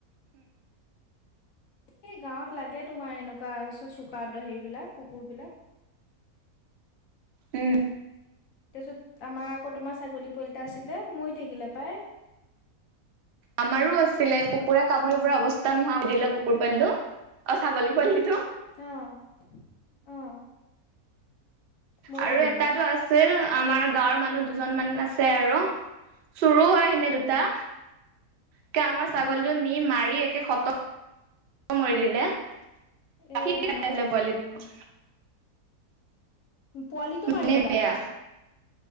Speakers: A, on the left (about 65°); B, on the right (about 55°).
A: এই গাঁৱত লাগে, তোমাৰ এনেকুৱা চুকা দ হেৰিবিলাক কুকুৰ বিলাক।
B: উম,
A: তাৰপিছত আমাৰ আকৌ তোমাৰ ছাগলী পোৱালী এটা আছিলে, মৰি থাকিলে পাই।
B: আমাৰো আছিলে, কুকুৰে কামুৰি পোৰা অৱস্থা নোহোৱা কৰি দিলে, কুকুৰ পোৱালিটো অ', ছাগলী পোৱালিটো।
A: অ', অ'। মৰি
B: আৰু
A: থাকিলে
B: এটাতটো আছিল, আমাৰ গাঁৱৰ মানুহ দুজন মান আছে আৰু। চুৰো আহিলে দুটা।
A: উম
B: একে আমাৰ ছাগলীটো
A: উম
B: নি মাৰি একে খতম কৰি দিলে। গাখীৰ
A: এ ৰাম
B: খাই আছিলে পোৱালিটোৱে।
A: পোৱালিটো
B: ইমানেই
A: মাৰি পেলালে?
B: বেয়া।